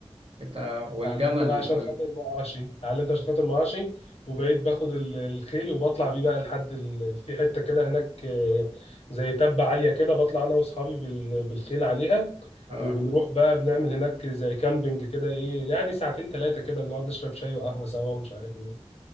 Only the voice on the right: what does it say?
انت والجمل
وال...
اه